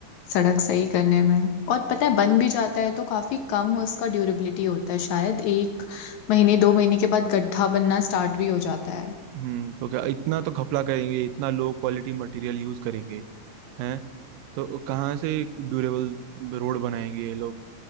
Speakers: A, on the left; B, on the right.
A: सड़क सही करने में और पता है बन भी जाता है तो काफी कम उसका ड्यूरेबिलिटी होता है शायद एक महीने दो महीने के बाद गड्ढा बनना स्टार्ट भी हो जाता है
B: हम्म तो क्या इतना तो घपला करेंगे इतना लो क्वालिटी मटेरियल यूज करेंगे हैं तो कहाँ से ड्यूरेबल रोड बनाएंगे ये लोग